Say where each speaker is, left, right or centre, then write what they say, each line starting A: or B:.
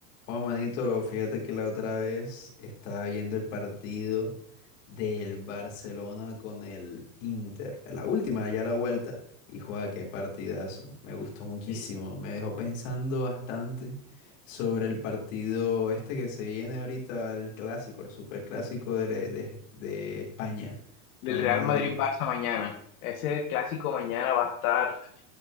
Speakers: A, on the left; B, on the left.
A: Oh, manito, fíjate que la otra vez estaba viendo el partido del Barcelona con el Inter, la última, ya la vuelta, y juega, qué partidazo, me gustó muchísimo,
B: Ey,
A: me dejó pensando bastante sobre el partido este que se viene ahorita, el clásico, el superclásico de, le- de, de España,
B: El
A: Real
B: Real
A: Madrid.
B: Madrid-Barça
A: Madrid.
B: mañana. Ese clásico mañana va a estar